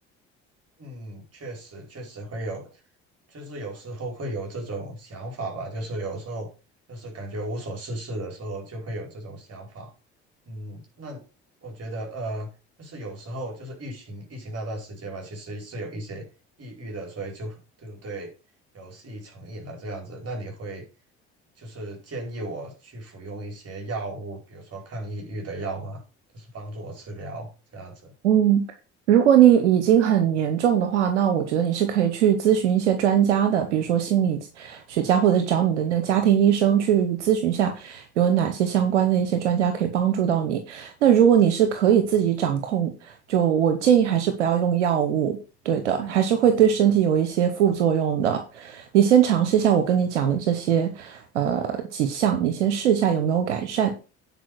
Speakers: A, on the right; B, on the right.
A: 嗯，确实确实会有，就是有时候会有这种想法吧，就是有时候就是感觉无所事事的时候就会有这种想法。嗯，那我觉得呃，就是有时候就是疫情疫情那段时间嘛，其实是有一些抑郁的，所以就对不对，有戏成瘾了这样子。那你会就是建议我去服用一些药物，比如说抗抑郁的药吗？就是帮助我治疗这样子。
B: 嗯，如果你已经很严重的话，那我觉得你是可以去咨询一些专家的，比如说心理学家，或者是找你的那个家庭医生去咨询一下，有哪些相关的一些专家可以帮助到你。那如果你是可以自己掌控，就我建议还是不要用药物，对的，还是会对身体有一些副作用的。你先尝试一下我跟你讲的这些，呃，几项，你先试一下有没有改善。